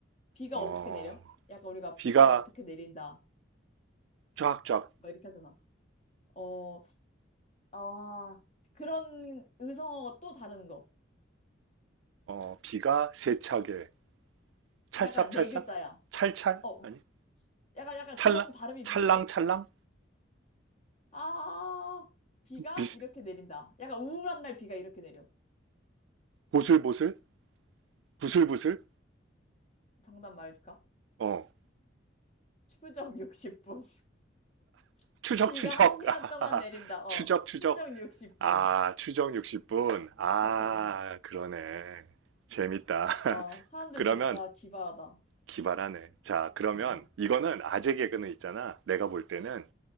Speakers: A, on the left; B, on the right.
A: 비가
B: 어,
A: 어떻게 내려? 약간 우리가
B: 비가
A: 비가 어떻게 내린다.
B: 쫙쫙,
A: 막 이렇게 하잖아. 어, 아, 그런 의성어가 또 다른 거.
B: 어, 비가 세차게, 찰싹찰싹?
A: 약간 네 글자야.
B: 찰찰?
A: 어,
B: 아니,
A: 약간, 약간
B: 찰랑?
A: 그런 발음이
B: 찰랑찰랑?
A: 비슷해. 아, 비가
B: 비스,
A: 이렇게 내린다. 약간 우울한 날 비가 이렇게 내려.
B: 보슬보슬? 부슬부슬?
A: 정답 말해줄까?
B: 어,
A: 추적 60분. <laughs>
B: 추적추적!
A: 비가 한 시간
B: <laughs> 아하하,
A: 동안 내린다. 어,
B: 추적추적!
A: 추적 60분.
B: 아, 추적 60분. 아,
A: 어, 어.
B: 그러네. 재밌다.
A: 와,
B: <laughs>
A: 사람들
B: 그러면
A: 진짜 기발하다.
B: 기발하네. 자, 그러면
A: 어, 어,
B: 이거는 아재 개그는 있잖아. 내가 볼 때는